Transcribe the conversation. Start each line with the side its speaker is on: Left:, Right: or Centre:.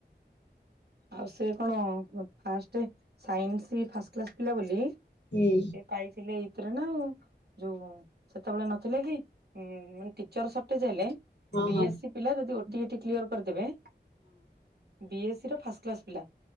Right: ଆଉ ସେ କଣ? ଫାଷ୍ଟ ସାଇନ୍ସ ଫାଷ୍ଟ କ୍ଲାସ ପିଲା ବୋଲି ସେ
Left: ହୁଁ
Right: ପାଇଥିଲେ ଏଇଥିରେ ନା ଆଉ। ଯୋଉ ସେତେବେଳେ ନଥିଲେ କି ଉ ମାନେ ଟିଚର ସଟେଜ ହେଲେ,
Left: ହଁ
Right: ବି
Left: ହଁ
Right: ଏସ୍ ସି ପିଲା ଯଦି ଓଟିଟି କ୍ଲିୟର କରିଦେବେ, ବି ଏସ୍ ସିର ଫାସକ୍ଲାସ ପିଲା